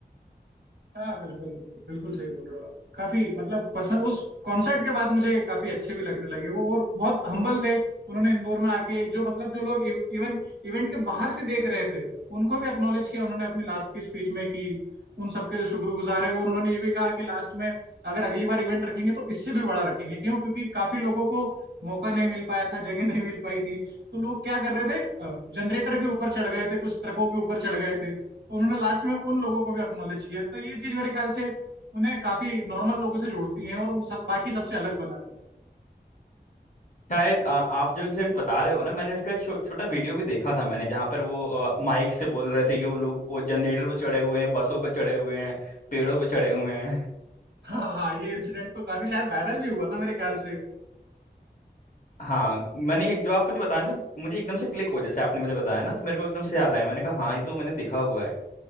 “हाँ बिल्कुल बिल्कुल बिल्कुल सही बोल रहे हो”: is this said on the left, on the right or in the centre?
Right